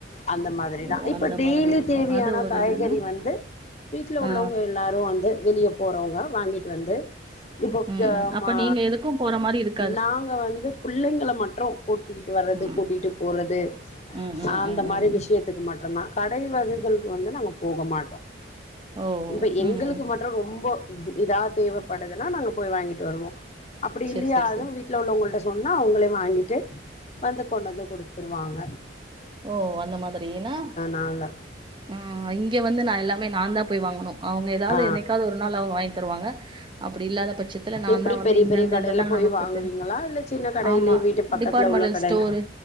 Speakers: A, on the left; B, on the right.
A: அந்த மாதிரிதா
B: ஓ
A: இப்ப
B: அந்த
A: டெய்லி
B: மாதிரி இருக்கு
A: தேவையான
B: அது ஒரு
A: காய்கறி
B: இதுன்னா
A: வந்து வீட்ல உள்ளவங்க
B: ஆ
A: எல்லாரு வந்து வெளியே போறவங்க வாங்கிட் வந்து இப்போ
B: ம்
A: க
B: ம் அப்ப
A: மா
B: நீங்க எதுக்கு போற மாரி இருக்
A: நாங்க வந்து புள்ளங்கல மட்ரு கூட்டிடு வறது
B: ம்
A: கூட்டிடு போறது
B: ம் ம்
A: அந்த
B: ம்
A: மாரி
B: ம்
A: விஷயதுக்கு மட்டுந்தா கடை வகைகள்க்கு வந்து நாங்க போக மாட்டோ
B: ஓ
A: இப்ப எங்களுக்கு
B: ம் ம்
A: மட்டு ரொம்போ இதிதா தேவைப்படுதுன்னா நாங்க போய் வாங்கிட்டு வருவோ அப்
B: சரி
A: இல்லையாது
B: சரி சரி
A: வீட்ல உள்ளவங்கல்ட்ட சொன்னா அவுங்களே வாங்கிட்டு வந்து கொண்டுந்து கொடுத்துருவாங்க
B: ஓ அந்த மாதிரியினா
A: நாங்க
B: ஆ இங்க வந்து நா எல்லாமே நாந்தா போய் வாங்கணு அவங்க ஏதாவது
A: ஆ
B: என்னைக்காவது ஒரு நாள் அவங்க வாங்கி தருவாங்க அப் ப்டி இல்லாத பட்சத்துல நா
A: எப்படி
B: தா வந்து
A: பெரிய
B: இந்தந்த
A: பெரிய கடையில
B: இதெல்லா
A: போய்
B: நமக்கு
A: வாங்குவீங்களா
B: தெரிஞ்
A: இல்ல சின்ன கடையிலயே
B: ஆமா
A: வீட்டு பக்கத்துல
B: டிபார்ட்மெண்ட்
A: உள்ள கடையில
B: ஸ்டோர்